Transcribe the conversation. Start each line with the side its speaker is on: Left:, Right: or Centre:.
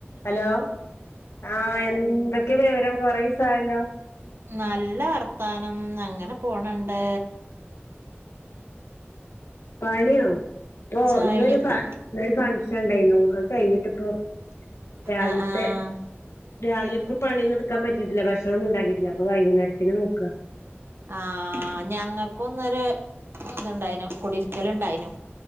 Left: Hello ആഹ് എന്തൊക്കെ വിവരം കൊറേസ ആയല്ലോ
Right: നല്ല വർത്താനം അങ്ങനെ പോണുണ്ട്
Left: പണിയൊ ഇപ്പോ
Right: ചായുടിയൊക്കെ
Left: ഇന്നൊര് ഫ ഇന്നൊരു ഫംഗ്ഷൻണ്ടയ്ന്നു അത് കഴിഞ്ഞിട്ട് ഇപ്പൊ രാവിൽത്തെ
Right: ആഹ് ആഹ്
Left: രാവിലപ്പ പണിയൊന്നും ഇട്ക്ക പറ്റീട്ടില്ല ഭക്ഷണൊന്നും ഇണ്ടാക്കീട്ടില്ല അപ്പൊ വൈകുന്നേരത്തിന് നോക്ക
Right: ആഹ് ഞങ്ങക്കുന്നൊര് ഇത്ണ്ടായ്നു കുടിരിക്കല് ഇണ്ടയ്നു